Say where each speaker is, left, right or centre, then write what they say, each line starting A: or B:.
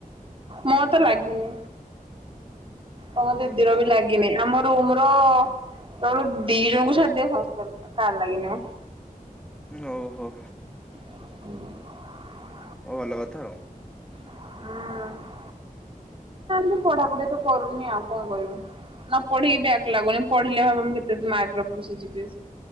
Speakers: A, on the right (about 35°); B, in the centre.
A: ମୋର ତ ଲାଗିନି। ତମ ଦିଦି ର
B: ଓହୋ
A: ବି ଲାଗିନି ଆମ ରୁମ ର ଦି ଜଣଙ୍କୁ ଛାଡିଦିଅ ସମସ୍ତ ଙ୍କ ବ୍ୟାଗ୍ ଲାଗିନି।
B: ଓହୋ।
A: ହୁଁ।
B: ହଉ ଭଲ କଥା ଆଉ।
A: ହୁଁ। ମ ପଢାପଢି ତ କରୁନି ଆଉ କଣ କହିବୁ ନ ପଢିକି ବ୍ୟକ୍ ଲାଗୁନି ପଢିଲେ <unintelligible> ମାର୍କ ସେ ଯିବେ